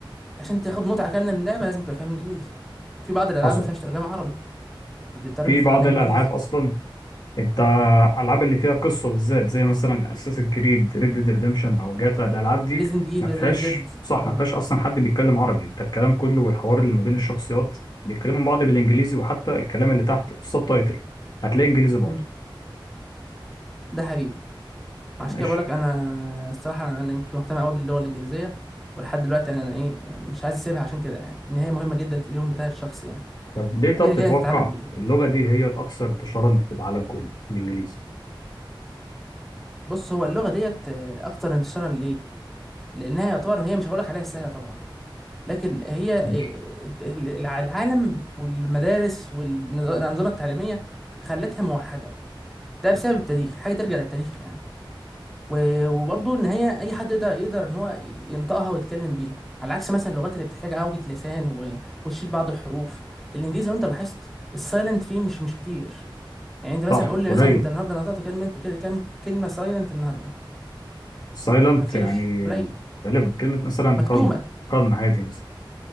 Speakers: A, in the centre; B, on the left (about 50°).
A: عشان تاخد متعة كاملة من اللعبة لازم تبقى فاهم انجليزي في بعض الالعاب
B: حصل
A: ما فيهاش ترجمة عربي فبتضطر
B: في
A: انت تتعلم
B: بعض الالعاب
A: انجليزي
B: اصلا انت الالعاب اللي فيها قصه بالذات زي مثلا اساسن كريد ريد ديد ريدمشن او جاتا الالعاب دي
A: ريزنت ايفل
B: ما فيهاش
A: ريد ديد
B: صح
A: اه
B: ما فيهاش اصلا حد بيتكلم عربي انت الكلام كله والحوار اللي ما بين الشخصيات بيتكلموا بعض بالانجليزي وحتى الكلام اللي تحت السب تايتل هتلاقي انجليزي برضه
A: مم. ده حقيقي عشان
B: ماشي
A: كده بقول لك انا الصراحة انا أنا كنت مهتم قوي باللغة الانجليزية ولحد دلوقتي يعني انا ايه يعني مش عايز اسيبها عشان كده يعني ان هي مهمة جدا في اليوم بتاع الشخص يعني
B: طب ليه طب
A: وكده
B: تتوقع
A: كده هتتعامل بيها
B: اللغه دي هي الاكثر انتشارا في العالم كله الانجليزي
A: بص هو اللغة ديت آه، اكتر انتشارا ليه لانها يعتبر هي مش هقول لك عليها سهلة طبعا لكن هي آه،
B: ماشي
A: الع- العالم والمدارس والأنظمة التعليمية خلتها موحدة ده بسبب التاريخ حاجه ترجع للتاريخ يعني و- وبرضه ان هي اي حد يقدر يقدر ان هو ينطقها ويتكلم بيها على عكس مثلا اللغات اللي بتحتاج عوجة لسان و... وتشيل بعض الحروف الانجليزي لو انت لاحظت السايلنت فيه مش مش كتير يعني انت مثلا
B: صح
A: قول لي
B: قليل
A: مثلا انت النهارده نطقت كلمه كل- كام كلمه سايلنت النهارده
B: سايلنت
A: ما فيش
B: يعني
A: قليل
B: غالبا كلمه مثلا
A: مكتومه
B: كالم كالم هادي مثلا